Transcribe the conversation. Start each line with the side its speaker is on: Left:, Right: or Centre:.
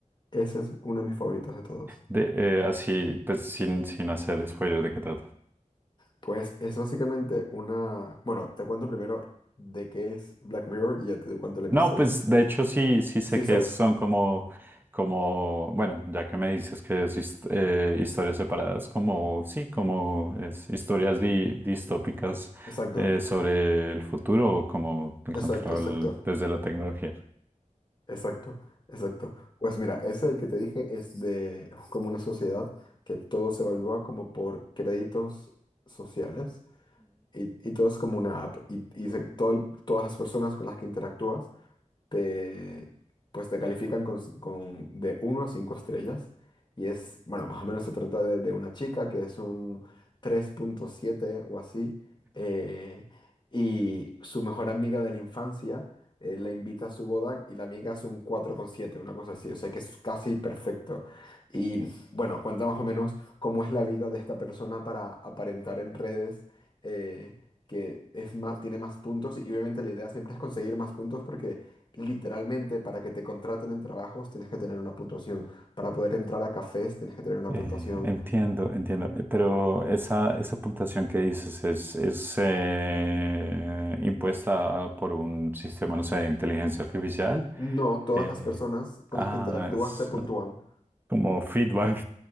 Left: Ese es uno de mis favoritos de todos.
Right: De, eh, así, pues sin, sin hacer spoiler de qué trata.
Left: Pues es básicamente una... Bueno, te cuento primero de qué es Black Mirror y ya te cuento el episodio.
Right: No, pues de hecho sí, sí sé
Left: Sí,
Right: que
Left: sabes.
Right: son como, como, bueno, ya que me dices que es his- eh, historias separadas, como, sí, como es historias di- distópicas
Left: Exacto,
Right: eh, sobre el futuro o como el
Left: exacto,
Right: control
Left: exacto.
Right: desde la tecnología.
Left: Exacto, exacto. Pues mira, ese el que te dije es de como una sociedad que todo se evalúa como por créditos sociales y, y todo es como una app y, y se- todo el- todas las personas con las que interactúas te, pues te califican con, ci- con de uno a 5 estrellas. Y es, bueno, más o menos se trata de, de una chica que es un tres punto siete o así. eh, y su mejor amiga de la infancia eh, la invita a su boda y la amiga es un cuatro coma siete una cosa así. O sea que es casi perfecto. Y bueno, cuenta más o menos cómo es la vida de esta persona para aparentar en redes. eh, que es más, tiene más puntos y obviamente la idea siempre es conseguir más puntos porque Literalmente, para que te contraten en trabajos tienes que tener una puntuación. Para poder entrar a cafés tienes que tener una
Right: Eh,
Left: puntuación.
Right: entiendo, entiendo. Eh, Pero esa, esa puntuación que dices es, es eh, impuesta por un sistema, no sé, de inteligencia artificial.
Left: No, todas
Right: Eh,
Left: las personas con
Right: ah,
Left: las que interactúas
Right: es
Left: te puntúan.
Right: como feedback.